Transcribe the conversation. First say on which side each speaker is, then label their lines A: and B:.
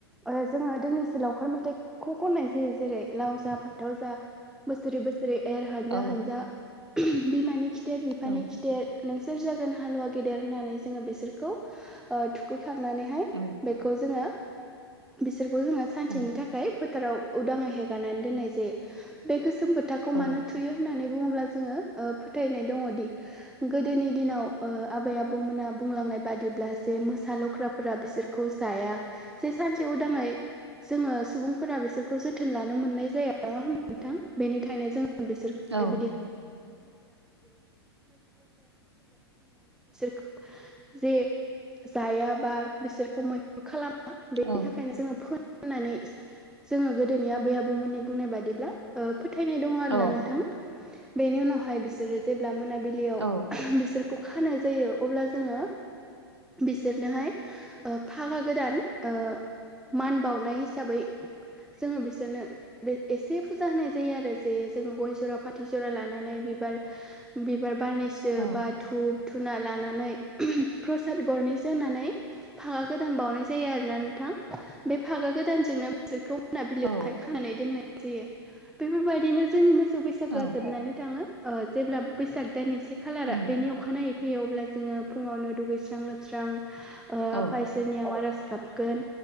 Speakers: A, in the centre; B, on the right.
A: ओ जोङो दोंनैसो लावखार मेथाइखौ खननाय जायो जेरै लाव जा फान्थाव जा। बोसोरै बोसोरै एर हानजा
B: औ
A: हानजा बिमानि खिथेर बिफानि
B: औ
A: देर नोंसोर जागोन हालुवा गेदेर होननानै जोङो बिसोरखौ ओ थुखैखांनानैहाय
B: औ
A: बेखौ जोङो बिसोरखौ जोङो सानसेनि
B: औ
A: थाखाय फोथाराव उदाङै हेगारनानै दोननाय जायो। बे गोसोम बोथाखौ
B: औ
A: मानो थुयो होननानै बुङोब्ला जोङो फोथायनाय दङदि गोदोनि दिनाव ओ आबै आबौमोना बुंलांनाय बादिब्ला जे मोसा लख्राफोरा बिसोर खौ जाया जे सानसे उदाङै जोङो सुबुंफोरा बिसोरखौ जोथोन लानो मोननाय जाया। नङा <unintelligible> नोंथां बेनि थायनो जों बिसोर <unintelligible>
B: औ
A: बिदि <unintelligible> जे जायाबा बिसोरखौ मोन खालामो बेनि
B: औ
A: थाखायनो जोङो फोननानै जोङो गोदोनि आबै आबौमोननि बुंनाय बादिब्ला ओ फोथायनाय दङ आरोना
B: औ
A: नोंथां। बेनि उनावहाय बिसोर जेब्ला मोनाबिलियाव
B: औ
A: <unintelligible> बिसोरखौ खाना जायो अब्ला जोङो बिसोरनोहाय ओ फागा गोदान ओ मान बावनाय हिसाबै जोङो बिसोरनो बे एसे फुजा होनाय जायो आरो जे जों गय जरा फाथै जरा लानानै बिबार बिबार बारनैसो
B: औ
A: बाद धुुब धुना लानानै प्रसाद गरनैसो होनानै। फागा गोदान बावनाय जायो आरोना नोंथां। बे फागा गोदानजोंनो बिसोरखौ मोनाबिलियावहाय
B: औ
A: खानानै दोननाय जायो। बेफोरबायदिनो जोंनि बैसागोआ
B: औ
A: जोबनानै थाङो ओ जेब्ला बैसाग दाननि से खालारा
B: उम
A: बेनि अखानायै फैयो अब्ला जोङो फुङावनो दुगैस्रां लोबस्रां
B: औ
A: आफा नियाव आरज गाबगोन